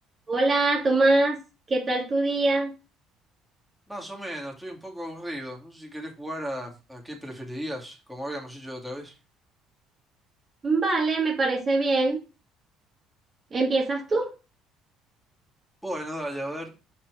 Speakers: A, on the right (about 30°); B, in the centre.
A: Hola, Tomás, ¿qué tal tu día?
B: Más o menos, estoy un poco aburrido. No sé si querés jugar a, a qué preferirías, como habíamos hecho la otra vez.
A: Vale, me parece bien. ¿Empiezas tú?
B: Bueno, dale, a ver,